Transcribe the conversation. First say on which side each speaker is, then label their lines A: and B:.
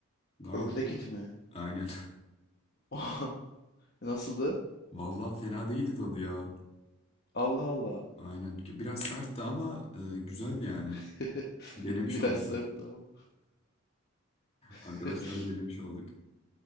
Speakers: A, on the left; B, on the left.
A: Gayet
B: Ördek
A: de
B: eti mi?
A: aynen.
B: <laughs> Nasıldı?
A: <laughs> Vallahi fena değildi tadı ya.
B: Allah Allah.
A: Aynen. Biraz sertti ama e, güzeldi yani.
B: <laughs>
A: Denemiş
B: Biraz
A: olduk.
B: sert
A: <laughs>
B: ama. <laughs>
A: Arkadaşlarla denemiş olduk.